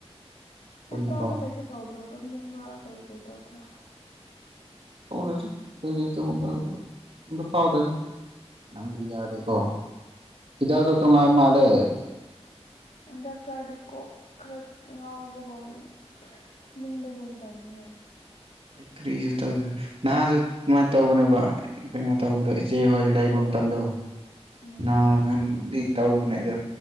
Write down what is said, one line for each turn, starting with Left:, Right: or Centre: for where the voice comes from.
Right: ꯄꯨꯟꯅꯀꯣ
Left: ꯆꯥꯛ ꯀꯥꯕ ꯀꯩꯁꯨ ꯇꯧꯗ꯭ꯔꯣ ꯇꯨꯝꯅꯤꯡꯕ ꯀꯩ ꯀꯩ ꯇꯧꯗ꯭ꯔꯣ
Right: <inaudible> ꯅꯪꯗꯤ ꯌꯥꯗꯦꯀꯣ
Left: ꯍꯤꯗꯥꯛ
Right: ꯍꯤꯗꯥꯛꯗꯣ ꯇꯣꯉꯥꯟ ꯃꯥꯜꯂꯦ
Left: ꯗꯥꯛꯇꯔ ꯑꯩꯗꯤ ꯀꯣꯛ ꯈꯔ ꯉꯥꯎꯕꯒꯨꯝ ꯇꯨꯝꯅꯤꯡꯕꯒꯨꯝ ꯇꯧꯕꯅꯦ
Right: ꯀ꯭ꯔꯤꯁꯨ ꯇꯧ ꯅꯍꯥꯟꯁꯨ ꯑꯗꯨꯃꯥꯏꯅ ꯇꯧꯕꯅꯦꯕ ꯀꯩꯅꯣ
Left: ꯎꯝ
Right: ꯇꯧꯕꯗꯣ ꯏꯆꯦꯍꯣꯏ ꯂꯩꯕ ꯃꯇꯝꯗꯣ
Left: ꯎꯝ
Right: ꯅꯥ ꯍꯟ ꯕꯤ ꯇꯧꯕꯅꯦ ꯑꯗꯨ